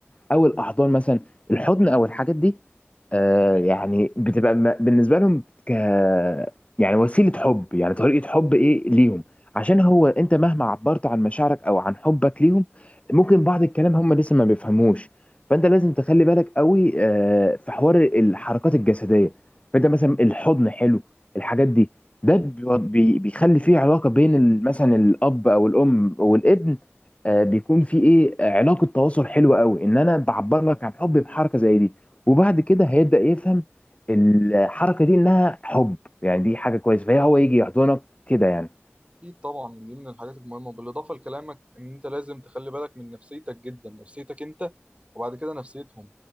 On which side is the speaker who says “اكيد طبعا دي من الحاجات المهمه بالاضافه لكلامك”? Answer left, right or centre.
Right